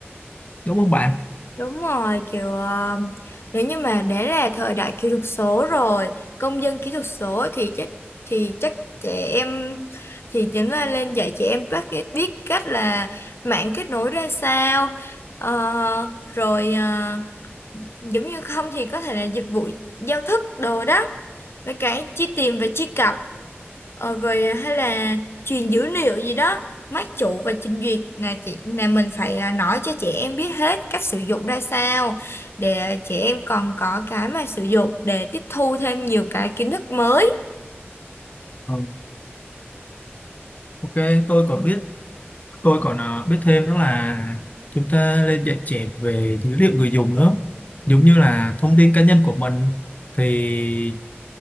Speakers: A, on the left; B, on the left.
A: đúng không bạn?
B: Đúng rồi, kiểu ờ, nếu như mà đã là thời đại kỹ thuật số rồi, công dân kỹ thuật số thì chắc thì chắc trẻ em thì chính là lên dạy trẻ em bắt biết cách là mạng kết nối ra sao. Ờ, rồi ờ, giống như không thì có thể là dịch vụ giao thức đồ đó. Với cái chi tiền và chi cặp Ờ, rồi à, hay là truyền dữ liệu gì đó máy chủ và trình duyệt là chị là mình phải à, nói cho trẻ em biết hết cách sử dụng ra sao để à, trẻ em còn có cái mà sử dụng để tiếp thu thêm nhiều cái kiến thức mới
A: Ờ, Ok, tôi còn biết tôi còn ờ, biết thêm đó là chúng ta nên dạy trẻ về dữ liệu người dùng nữa. Giống như là thông tin cá nhân của mình thì